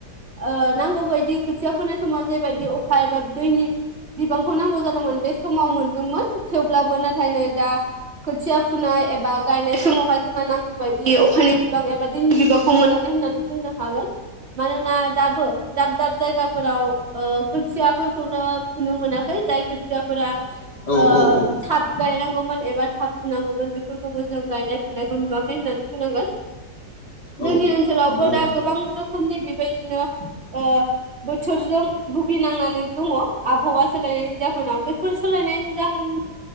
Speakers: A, on the right; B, on the left.
A: ओ नांगौ बायदि खोथिया फोनाय समाव जेबायदि अखा एबा दैनि बिबांखौ नांगौ जादोंमोन बे समाव मोनदोंमोन थेवब्लाबो नाथाय नै दा खोथिया फुनाय एबा गायनाय समावहाय जोंहा नांगौ बायदि अखानि बिबां एबा दैनि बिबांखौ मोनाखै खै होननानै बुंनो हागोन। मानोना दाबो दाब दाब जायगाफोराव ओ खोथियाफोरखौनो फुनो मोनाखै जाय खोथियाफोरा
B: औ
A: ओ
B: औ औ
A: थाब गायनांगौमोन एबा थाब फुनांगौमोन बेफोरखौबो जों गायनाय फुनायखौ नुवाखै होननानै बुंनांगोन। जोंनि
B: औ
A: ओनसोलावबो
B: नंगौ औ
A: दा गोबां रोखोमनि बेबायदिनो ओ बोथोरजों भुगिनांनानै दङ आबहावा सोलायनायनि जाहोनाव बेफोर सोलायनायनि जाहोन